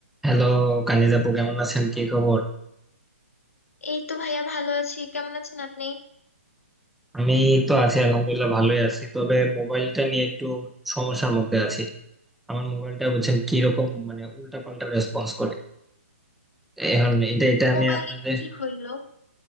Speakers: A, in the centre; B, on the left.
A: হ্যালো কানিজ আপু কেমন আছেন কি খবর
B: এই তো ভাইয়া ভালো আছি কেমন আছেন আপনি
A: আমি তো আছি আলহামদুলিল্লাহ ভালোই আছি তবে মোবাইলটা নিয়ে একটু সমস্যার মধ্যে আছি আমার মোবাইলটা বলছেন কি রকম মানে উল্টা পাল্টা রেসপন্স করে এখন এটা এটা আমি
B: মোবাইলে
A: আপনাদের
B: কি হইলো